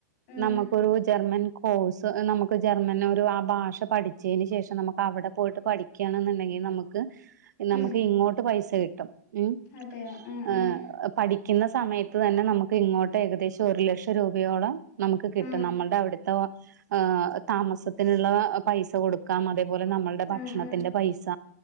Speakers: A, on the left; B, on the right.
A: ഉം
B: നമ്മക്കൊരു ജർമ്മൻ കോഴ്സ് ഏഹ് നമുക്ക് ജർമ്മൻ ഒരു ആ ഭാഷ പഠിച്ചേന് ശേഷം നമുക്കവിടെ പോയിട്ട് പഠി ക്കാണ്ന്ന്ണ്ടെങ്കി നമുക്ക് നമുക്ക്
A: ഉം
B: ഇങ്ങോട്ട് പൈസ കിട്ടും ഉം
A: അതെയോ ആഹ്
B: ഏഹ്
A: ആഹ്
B: പഠിക്കുന്ന സമയ ത്ത് തന്നെ നമുക്ക് ഇങ്ങോട്ട് ഏകദേശം ഒരു ലക്ഷം രൂപയോളം നമുക്ക് കിട്ടും
A: ആഹ്
B: നമ്മൾടെ അവിട്ത്ത ഏഹ് താമസത്തിനുള്ള പൈസ കൊടുക്കാം അതേപോലെ നമ്മളുടെ
A: ആഹ്
B: ഭക്ഷണത്തിന്റെ
A: ആഹ്
B: പൈസ